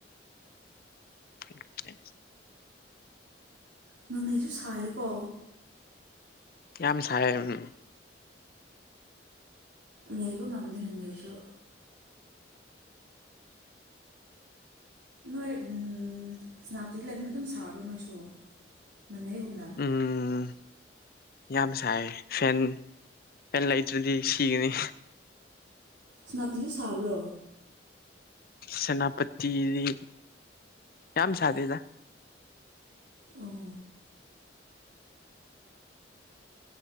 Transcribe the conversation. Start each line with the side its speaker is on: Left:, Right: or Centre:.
Left: <inaudible>
Right: ꯅꯨꯡꯊꯤꯟꯁꯨ ꯁꯥꯌꯦꯀꯣ
Left: ꯌꯥꯝ ꯁꯥꯌꯦ ꯎꯝ
Right: ꯂꯩꯕ ꯉꯝꯗꯦꯅꯦ ꯑꯩꯁꯨ ꯅꯣꯏ ꯎꯝ ꯁꯦꯅꯥꯄꯇꯤꯗ ꯂꯩꯕ ꯑꯗꯨꯝ ꯁꯥꯕ꯭ꯔꯣ ꯅꯣꯏꯁꯨ ꯅꯣꯅꯦꯒꯨꯝꯅ
Left: ꯎꯝ ꯌꯥꯝ ꯁꯥꯏ ꯐꯦꯟ ꯐꯦꯟ ꯂꯩꯇ꯭ꯔꯗꯤ ꯑꯩ ꯁꯤꯒꯅꯤ
Right: ꯁꯦꯅꯥꯄꯇꯤ ꯁꯨ ꯁꯥꯕꯔꯣ
Left: ꯁꯦꯅꯥꯄꯇꯗꯤ ꯌꯥꯝ ꯁꯥꯗꯦꯗꯥ
Right: ꯑꯣ